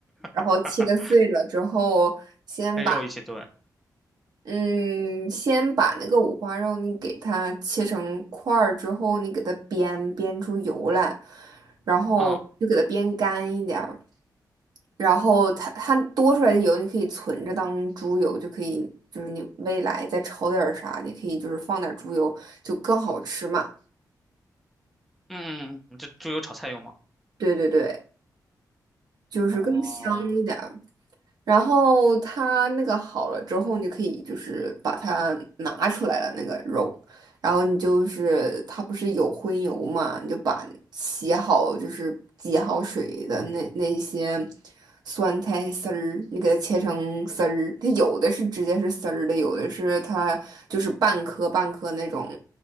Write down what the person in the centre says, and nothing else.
<laughs>
跟肉一起炖。
啊、
嗯嗯嗯，嗯这猪油炒菜用吗？
哦，